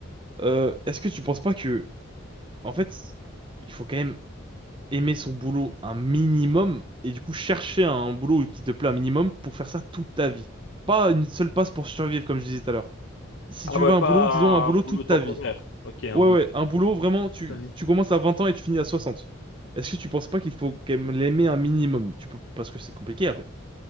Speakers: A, on the right; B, on the left.
A: Euh, est-ce que tu penses pas que, en fait, il faut quand même aimer son boulot un minimum et du coup chercher un boulot qui te plaît un minimum pour faire ça toute ta vie. Pas une seule passe pour survivre, comme je disais tout à l'heure. Si
B: Ah
A: tu
B: ouais,
A: veux un
B: pas
A: boulot, disons un boulot
B: un boulot
A: toute
B: temporaire.
A: ta vie.
B: Ok, un
A: Ouais,
B: boulot
A: ouais,
B: temporaire.
A: un boulot vraiment, tu,
B: ta vie.
A: tu commences à 20 ans et tu finis à soixante Est-ce que tu penses pas qu'il faut quand même l'aimer un minimum? Tu peux, parce que c'est compliqué après.